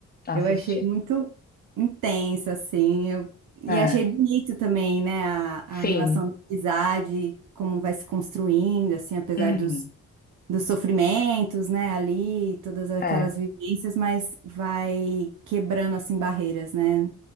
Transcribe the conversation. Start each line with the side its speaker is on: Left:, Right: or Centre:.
Left: assisti.
Right: Eu achei muito intensa, assim. Eu... E
Left: É,
Right: achei bonito também, né? A,
Left: sim.
Right: a relação de amizade, como vai se construindo, assim, apesar
Left: Uhum.
Right: dos dos sofrimentos, né, ali, todas aquelas
Left: É,
Right: vivências, mas vai quebrando, assim, barreiras, né,